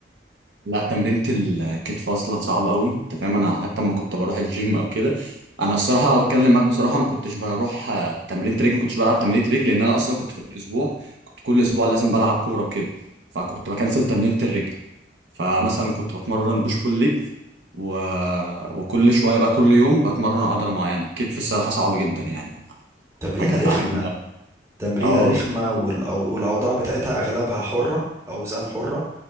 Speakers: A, on the right; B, on the right.
A: لا تمرينة الكتف اصلا صعبة قوي انت فاهم انا حتى لما كنت بروح الجيم او كده انا الصراحة اتكلم معاك بصراحة ما كنتش بروح آه، تمرينة رجل ما كنتش بلعب تمرينة رجل لان انا اصلا كنت في الاسبوع كنت كل اسبوع لازم بلعب كورة وكده فكنت بكنسل تمرينة الرجل فمثلا كنت بتمرن
B: مم.
A: بوش بول ليج و... وكل شوية بقى كل يوم بتمرن عضلة معينة الكتف الصراحة صعب جدا يعني
B: تمرينة
A: حاجة
B: رخمة
A: تعبتني قوي
B: تمرينة
A: اه
B: رخمة والأو- والأوضاع بتاعتها أغلبها حرة أوزان حرة